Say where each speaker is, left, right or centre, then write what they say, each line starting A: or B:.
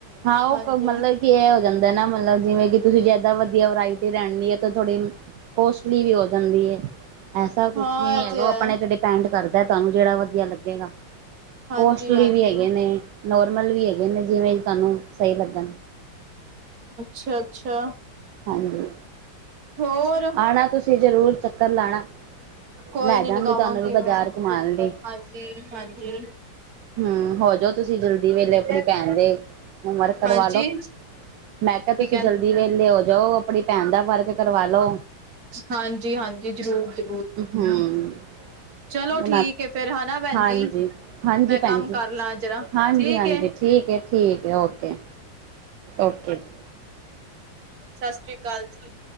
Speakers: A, on the right; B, on the right.
A: ਹਾਂ ਓ
B: ਹਾਂਜੀ
A: ਕੋ ਮਲਬ- ਕੀ ਐ ਹੋ ਜਾਂਦਾ ਨਾ ਮਲਬ ਜਿਵੇਂ ਕੀ ਤੁਸੀਂ ਜਾਦਾ ਵਧੀਆ ਵਰਾਇਟੀ ਲੈਣੀ ਐ ਤੇ ਥੋੜੀ- ਕੋਸਟਲੀ ਵੀ ਹੋ ਜਾਂਦੀ ਏ। ਐਸਾ ਕੁਛ
B: ਹਾਂ
A: ਵੀ ਨੀ
B: ਇਹ
A: ਹੈਗਾ
B: ਹੈ
A: ਆਪਣੇ ਤੇ ਡਿਪੈ- ਪੈਂਡ ਕਰਦਾ, ਤਾਨੂੰ ਜੇੜਾ ਵਧੀਆ ਲੱਗੇਗਾ।
B: ਹਾਂਜੀ
A: ਕੋਸਟਲੀ
B: ਹਾਂਜੀ
A: ਵੀ ਹੈਗੇ ਨੇ। ਨੋਮਲ ਵੀ ਹੈਗੇ ਨੇ ਜਿਵੇਂ ਕੀ ਤਾਨੂੰ ਸ‌ਈ ਲੱਗਣ।
B: ਅੱਛਾ -ਅੱਛਾ।
A: ਹਾਂਜੀ
B: ਹੋਰ
A: ਆਣਾ ਤੁਸੀਂ ਜ਼ਰੂਰ ਚੱਕਰ ਲਾਣਾ।
B: ਕੋਈ
A: ਲੈ
B: ਨੀ
A: ਜਾਗੇ
B: ਲਗਾਵਾਂਗੀ
A: ਤੁਹਾਨੂੰ ਵੀ ਬਾਜ਼ਾਰ
B: ਮੈਂ
A: ਘੁਮਾਣ
B: ਚੱਕਰ,
A: ਲਈ
B: ਹਾਂਜੀ -ਹਾਂਜੀ।
A: ਹੂੰ ਹੋਜੋ ਤੁਸੀਂ ਜਲਦੀ ਵੇਲੇ, ਆਪਣੀ
B: ਹਾਂਜੀ
A: ਭੈਣ ਦੇ ਹੋਮ ਵਰਕ ਕਰਵਾ
B: ਹਾਂਜੀ
A: ਲੋ। ਮੈਂ ਕਿਆ
B: ਕੀ
A: ਤੁਸੀਂ
B: ਕਹਿੰਦੇ
A: ਜਲਦੀ ਵੇਲੇ ਹੋ ਜਓ। ਆਪਣੀ ਭੈਣ ਦਾ ਵਰਕ ਕਰਵਾਲੋ।
B: ਹਾਂਜੀ- ਹਾਂਜੀ ਜ਼ਰੂਰ ਜੀ।
A: ਹੂੰ <unintelligible>
B: ਚਲੋ ਠੀਕ ਏ ਫੇਰ ਹਨਾ ਭੈਣ
A: ਹਾਂਜੀ
B: ਜੀ
A: -ਹਾਂਜੀ
B: ਮੈਂ ਕੰਮ
A: ਭੈਣ
B: ਕਰ
A: ਜੀ,
B: ਲਾਂ ਜਰਾ
A: ਹਾਂਜੀ
B: ਠੀਕ
A: -ਹਾਂਜੀ
B: ਏ
A: ਠੀਕ ਏ। ਠੀਕ ਏ ਓਕੇ, ਓਕੇ ਜ-
B: ਸਸਰੀ ਕਾਲ ਜੀ।